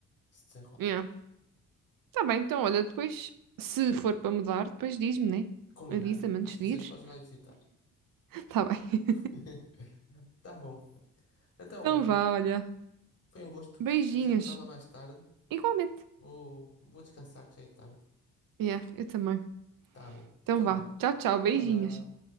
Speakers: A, on the left; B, on the right.
A: se desenrola.
B: Yeah. Tá bem, então, olha, depois, se for para mudar, depois diz-me, né?
A: Combinado.
B: Avisa-me
A: Depois,
B: antes
A: se quiseres,
B: de ir.
A: podes lá ir visitar.
B: Tá bem.
A: <laughs> Tá bom. Então,
B: Então
A: olha,
B: vá, olha.
A: foi um gosto.
B: Beijinhos.
A: A gente fala mais tarde.
B: Igualmente.
A: Vou, vou descansar, que já é tarde.
B: Yeah, eu também.
A: Tá bom.
B: Então
A: Então,
B: vá.
A: vá.
B: Tchau, tchau. Beijinhos.
A: Tchau, já.